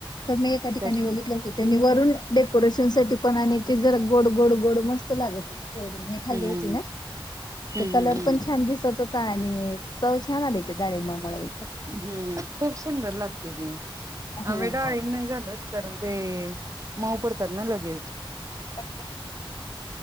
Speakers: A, on the left; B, on the right.
A: तर मी एका ठिकाणी
B: त्या
A: बघितलं होत. त्यांनी वरून डेकोरेशन साठी पण आणि ते जरा गोड गोड गोड मस्त लागत होत. जेवढच मी खाल्ली
B: हम्म
A: होती ना,
B: हम्म
A: ते कलर
B: हम्म
A: पण छान दिसत होता आणि, चव छान आली होती, डाळिंबा मुळ उलट.
B: हम्म खूप <unintelligible>
A: होय
B: आम्ही डाळिंब
A: होय होय
B: नाही घालत कारण ते, मऊ पडत्यात ना लगेच.
A: <unintelligible>